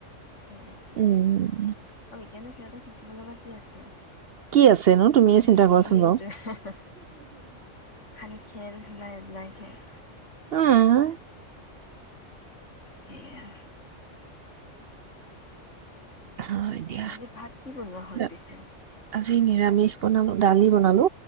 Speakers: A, on the left; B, on the right.
A: সেইটোৱে ত
B: উম
A: সকাৰো সিহঁতে থাকিব লগা কি আছে
B: কি আছেনো তুমিয়ে
A: সেইটোয়ে
B: চিন্তা কৰাচোন বাৰু
A: খালি খেল খেলা এইবিলাক খেল
B: উম
A: সেয়া
B: হয়
A: তাকে
B: দিয়া
A: আজি ভাত কি বনোৱা হ'ল
B: উ
A: পিছে?
B: আজি নিৰামিষ বনালো দালি বনালো।